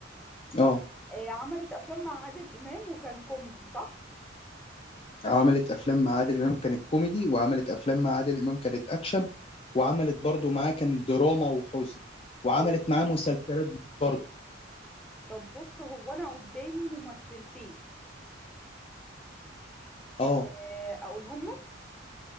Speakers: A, on the left; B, in the centre.
A: اه
B: آه، عملت افلام مع عادل امام وكان كوميدي صح
A: عملت افلام مع عادل امام كانت كوميدي وعملت افلام مع عادل امام كانت اكشن وعملت برضو معاه كان دراما وحزن وعملت
B: طيب
A: معاه مسلسلات برضو
B: طب بص هو انا قدامي ممثلتين
A: اه
B: آه، اقولهم لك